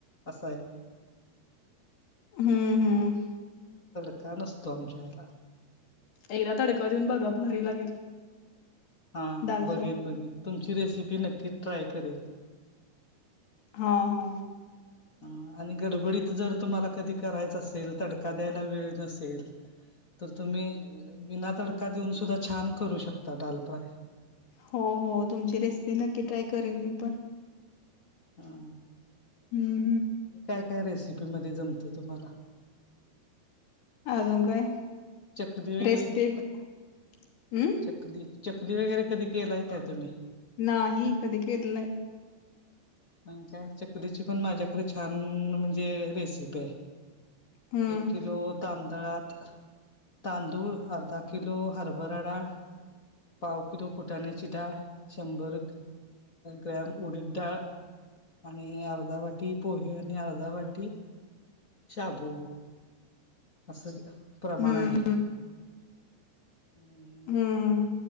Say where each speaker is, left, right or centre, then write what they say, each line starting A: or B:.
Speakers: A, on the left; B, on the left.
A: आसं हाय.
B: हम्म हम्म.
A: तडका नसतो आमच्या हेला
B: एकदा तडका देऊन बघा भारी लागेल
A: हां हां
B: दाल
A: बघेन
B: फ्राय.
A: बघेन, तुमची रेसिपी नक्कीच ट्राय करेन.
B: हा हा.
A: हा आणि गडबडीत जर तुम्हाला कधी करायचं असेल, तडका द्यायला वेळ नसेल तर तुम्ही विना तडका देऊन सुद्धा छान करू शकता, डाल फ्राय
B: हो हो तुमची रेसिपी नक्की ट्राय करेन मी पण
A: हा
B: हम्म <inaudible>
A: आणि काय काय रेसिपी मध्ये जमतो तुम्हाला?
B: अजून काय?
A: चकली वगैरे
B: रेसिपी हम्.
A: चकली चकली वगैरे कधी केलाय काय तुम्ही?
B: नाही कधी केली वरलं.
A: म्हण काय चकलीची पण माझ्याकडे छान म्हणजे रेसिपी आहे.
B: हम्म
A: एक किलो. तांदळात तांदूळ अर्धा किलो हरभराडाळ. पाव किलो फुटाण्याची डाळ, शंभर ग्रॅम उडीद. ाळ आणि अर्धा वाटी पोहे आणि अर्धा वाटी. शाबू असं प्रमाण
B: हम्म
A: आहे. आणि
B: हम् हम्.